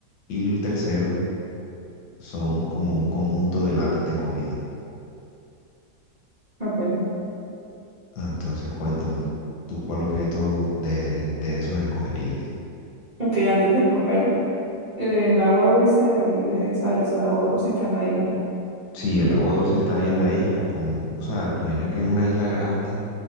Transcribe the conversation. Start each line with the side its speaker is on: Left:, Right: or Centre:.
Left: Y el tercero son como un conjunto de latas de comida.
Right: Ok,
Left: Ah, Entonces, cuéntame, ¿tú cuál objeto de, de esos escogerías?
Right: ok, antes de escoger eh, el agua dulce, ¿de dónde sale? O sea, el agua dulce está en la isla.
Left: Sí, el agua dulce está ahí en la isla, pon- o sea, imagina que es una isla grande